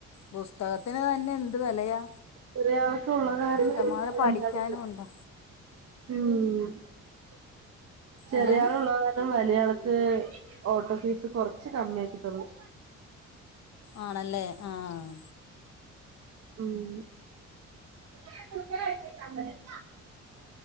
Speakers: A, on the left; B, on the right.
A: പുസ്തകത്തിന് തന്നെ എന്ത് വിലയാ
B: ചെറിയാൾക്കുള്ള കാരണം
A: ഇഷ്ടം പോലെ പഠിക്കാനും
B: എന്താണ്
A: ഉണ്ട്
B: ഉം ചെറിയ
A: എന്താണ്
B: ആള് ഉള്ളത് കാരണം വലിയ ആൾക്ക് ഓട്ടോ ഫീസ് കുറച്ച് കമ്മി ആക്കി തന്നു.
A: ആണല്ലേ ആഹ്.
B: ഉം <unintelligible>